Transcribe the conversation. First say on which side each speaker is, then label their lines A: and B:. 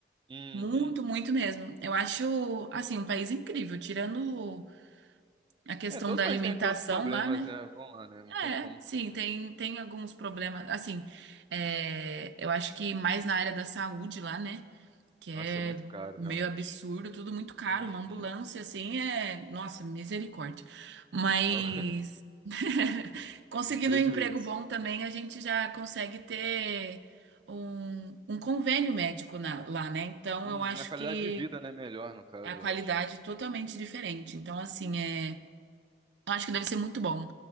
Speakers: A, on the right; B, on the right.
A: Uhum.
B: Muito, muito mesmo. Eu acho, assim, um país incrível, tirando a questão
A: É, todos
B: da
A: os países
B: alimentação
A: têm seus problemas,
B: lá, né?
A: né? Vamos lá, né? Não
B: É,
A: tem como
B: sim,
A: fugir.
B: tem, tem alguns problemas. Assim, é, eu acho que mais na área da saúde lá, né? que é
A: Nossa, é muito caro,
B: meio
A: realmente.
B: absurdo, tudo muito caro,
A: Uhum.
B: uma ambulância assim é, nossa, misericórdia. Mas
A: É um <laughs>
B: <laughs> conseguindo
A: é um prejuízo.
B: um emprego bom também, a gente já consegue ter um, um convênio médico na- lá, né? Então
A: Uhum,
B: eu acho
A: a qualidade
B: que
A: de vida, né, melhor no caso,
B: a qualidade
A: eu acho.
B: é totalmente diferente. Então, assim, é, eu acho que deve ser muito bom.